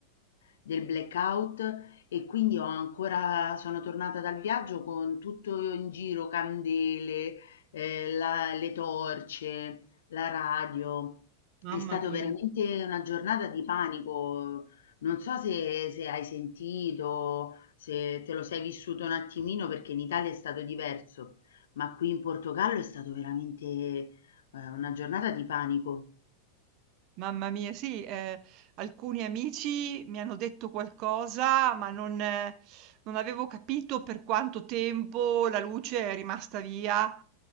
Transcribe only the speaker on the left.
del blackout e quindi ho ancora, sono tornata dal viaggio con tutto in giro, candele, eh, la- le torce, la radio.
È stata
veramente una giornata di panico. Non so se se hai sentito se te lo sei vissuto un attimino perché in Italia è stato diverso, ma qui in Portogallo è stato veramente, eh, una giornata di panico.